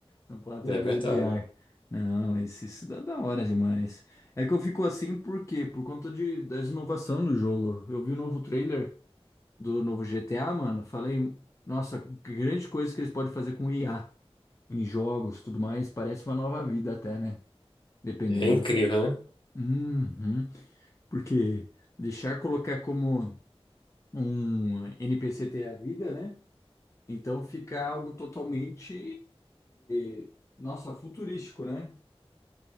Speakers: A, on the left (about 30°); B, on the left (about 55°).
A: Não pode
B: É
A: ter medo
B: verdade.
A: de ar. Não, esse, isso dá da hora demais. É que eu fico assim por quê? Por conta de, da inovação do jogo. Eu vi o novo trailer do novo GTA, mano. Falei, nossa, que grande coisa que eles podem fazer com IA em jogos, tudo mais. Parece uma nova vida até, né? Dependendo.
B: É incrível, né?
A: Uhum. Porque deixar colocar como um NPC ter a vida, né? Então fica algo totalmente, eh, nossa, futurístico, né?